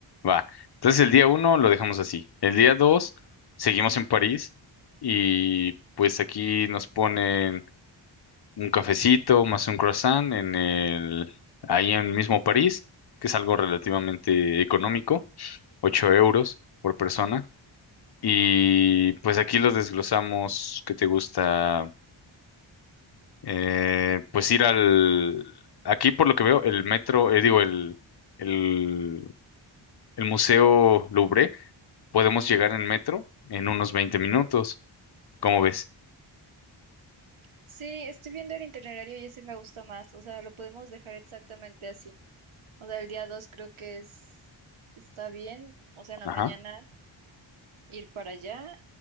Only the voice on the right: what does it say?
Sí, estoy viendo el itinerario y ese me gusta más, o sea, lo podemos dejar exactamente así. O sea, el día 2 creo que es, está bien. O sea, en la
mañana ir para allá,